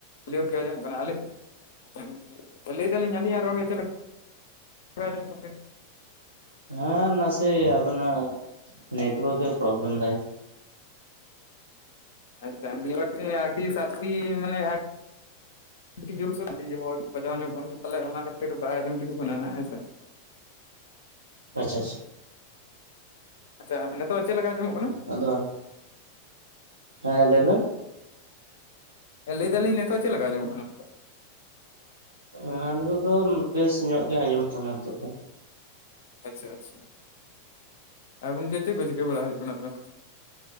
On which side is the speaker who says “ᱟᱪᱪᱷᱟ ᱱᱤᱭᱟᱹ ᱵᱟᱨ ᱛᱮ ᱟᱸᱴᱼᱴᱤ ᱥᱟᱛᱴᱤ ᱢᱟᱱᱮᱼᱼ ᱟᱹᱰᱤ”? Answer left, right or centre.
Left